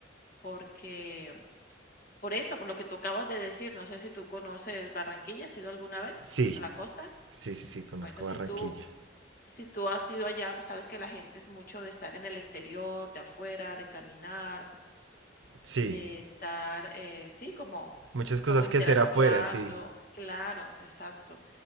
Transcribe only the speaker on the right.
Sí,
sí, sí, sí, conozco
Barranquilla.
Sí,
muchas cosas
que hacer afuera, sí.